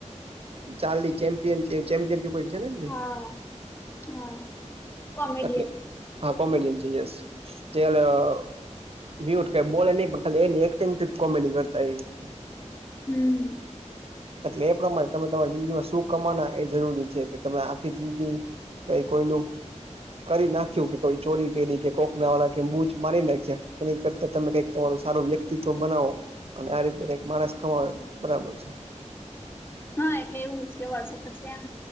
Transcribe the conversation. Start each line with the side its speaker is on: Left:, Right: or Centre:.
Right: ચાલી ચેમપિયન ચે ચેપિયન <unintelligible>
Left: હા હા કોમેડિયન
Right: અટલે હા કોમેડિયન છે યસ <unintelligible> મ્યુટ કઈ બોલે નહી પણ ખાલી એની એક્ટિંગથી જ કોમેડી કરતા એ વ્યક્તિ
Left: હમ્મ
Right: અટલે એ પ્રમાણે તમે તમારી જિંદગીમાં શું કમાના એ જરૂરી છે કે તમે આખી જિંદગી કઈ કોઈનું કરી નાખ્યું કે કોઈ ચોરી કરી કે કોકના વાળા કે બુચ મારી નાખ્યા અને ઈ કરતા તમે કઈક તમારું સારું વ્યક્તિત્વ બનાવો અને આ રીતે કંઈક માણસ કમાવે બરાબર છે.
Left: હા એટલે એવું છે કે વર્ષો પછી એમ